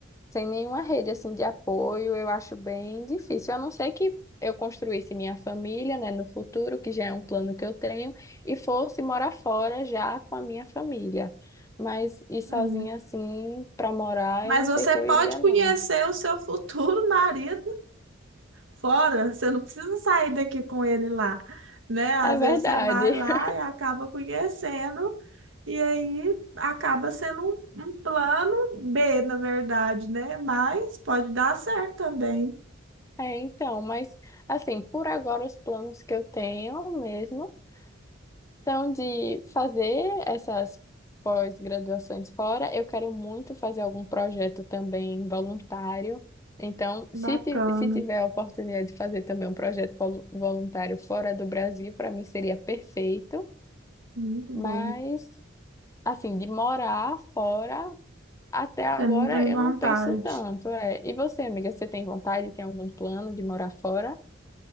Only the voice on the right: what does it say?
é.
Mas
você
pode
conhecer
o seu futuro marido fora, você não precisa sair daqui com ele lá, né? Às
vezes você vai lá
e acaba conhecendo E aí acaba sendo um, um plano B, na verdade, né? Mas pode dar certo também.
Bacana,
muito bom.
Você não tem
vontade.